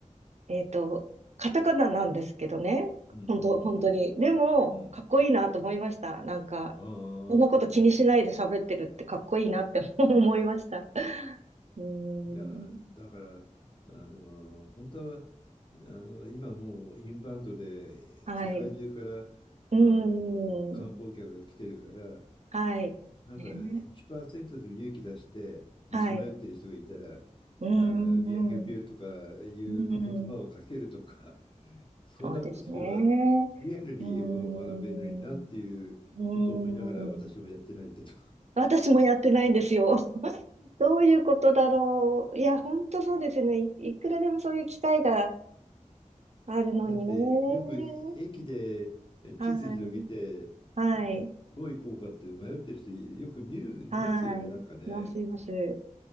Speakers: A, on the right; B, on the left.
A: えっと、カタカナなんですけどね、
B: うん、うん、
A: 本当、本当に。でも、
B: うん。うん
A: かっこいいなと思いました。なんか、
B: ああ、
A: そんなこと気にしないで喋ってるってかっこいいなって <laughs> 思いました。<laughs> うーん、
B: いや、だから、あの、本当は、あの、今もうインバウンドで世界中から、
A: はい。うーん、
B: あの、観光客が来てるから、
A: はい。
B: なんか1%
A: ね、
B: でも勇気出して道迷ってる人がいたら、
A: はい。
B: あ
A: うーん、
B: の、ミアヘピューとかいう言葉をかけるとか、
A: うん。うん、
B: そんなことすれば、
A: そうですね。
B: リアルに英語を学べるのになっていうことを思いながら私もやってないけど。
A: うーん、うーん。私もやってないんですよ。<laughs> どういうことだろう。いや、ほんとそうですね。い、いくらでもそういう機会があるのにね。
B: だってよく駅でえ地図広げてどどう行こうかって迷ってる人よく見る、
A: はい。はい。
B: 見ますよね、
A: はい。
B: なんかね。
A: います、います。